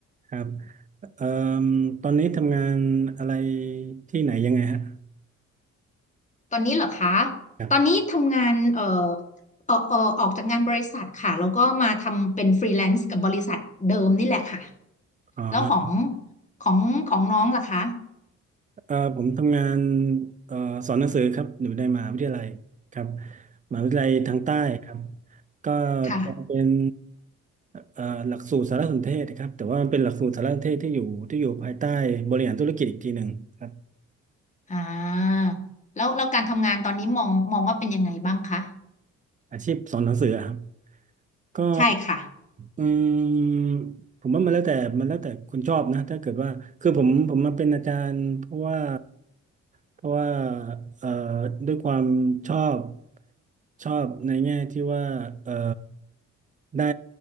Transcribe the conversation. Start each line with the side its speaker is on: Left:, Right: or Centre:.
Right: ครับเอ่อตอนนี้ทำงานอะไรที่ไหนยังไงฮะ
Left: ตอนนี้เหรอคะ
Right: ครับ
Left: ตอนนี้ทำงานเอ่อเออเออออกจากงานบริษัทค่ะแล้วก็มาทำเป็นฟรีแลนซ์กับบริษัทเดิมนี่แหละค่ะ
Right: อ๋อ
Left: แล้วของของของน้องล่ะคะ
Right: เอ่อผมทำงานเอ่อสอนหนังสือครับอยู่ในมหาวิทยาลัยครับมหาวิทยาลัยทางใต้ครับก็
Left: ค่ะ
Right: จะเป็นเอ่อหลักสูตรสารสนเทศครับแต่ว่ามันเป็นหลักสูตรสารสนเทศที่อยู่ที่อยู่ภายใต้บริหารธุรกิจอีกทีหนึ่งครับ
Left: อ่าแล้วแล้วการทำงานตอนนี้มองมองว่าเป็นยังไงบ้างคะ
Right: อาชีพสอนหนังสือครับ ก็
Left: ใช่ค่ะ
Right: อืมผมว่ามันแล้วแต่มันแล้วแต่คนชอบนะถ้าเกิดว่าคือผมผมมาเป็นอาจารย์เพราะว่าเพราะว่าเอ่อด้วยความชอบชอบในแง่ที่ว่าเอ่อได้